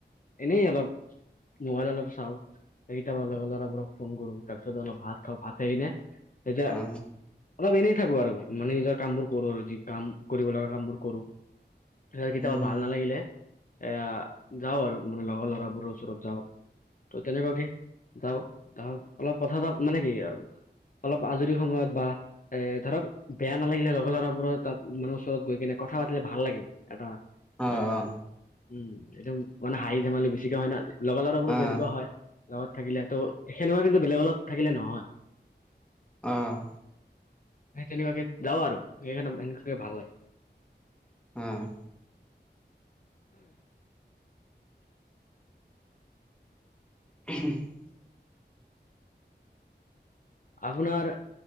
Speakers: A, on the left (about 50°); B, in the centre.
A: এনেই অলপ মোবাইল অলপ চাওঁ, সেইকেইটা লগৰ ল'ৰাবোৰক ফোন কৰো। তাৰপিছত অলপ ভাত খাওঁ, ভাত খাই কিনে এই
B: অ
A: অলপ এনেই থাকো আৰু মানে নিজৰ কাম বোৰ কৰো আৰু যি কাম কৰিব লগা কাম বোৰ কৰো। <unintelligible> গিটাও
B: উম
A: ভাল নালাগিলে, এই যাও‍ঁ আৰু মানে লগৰ লৰাবোৰৰ ওপৰত যাওঁ। ত' তেনেকুৱাকে যাওঁ, তাহক অলপ কথা চথা মানে কি আ অলপ আজৰি সময়ত বা এই, ধৰক বেয়া নালাগিলে লগৰ লৰাবোৰৰ তাত মানে ওচৰত গৈ কিনে কথা পাতিলে ভাল লাগে, এটা
B: অ
A: এই
B: অ
A: উম, একদম মানে হাঁহি-ধেমালি বেছিকে হয় না, লগৰ ল'ৰাবোৰ যেনেকুৱা
B: অ
A: হয়। লগত থাকিলে টো, সেনেকুৱা কিন্তু বেলেগ লগত থাকিলে নহয়।
B: অ'।
A: সেই তেনেকুৱাকে যাওঁ আৰু <unintelligible> ভাল লাগে।
B: অ'। উম, হও।
A: আপোনাৰ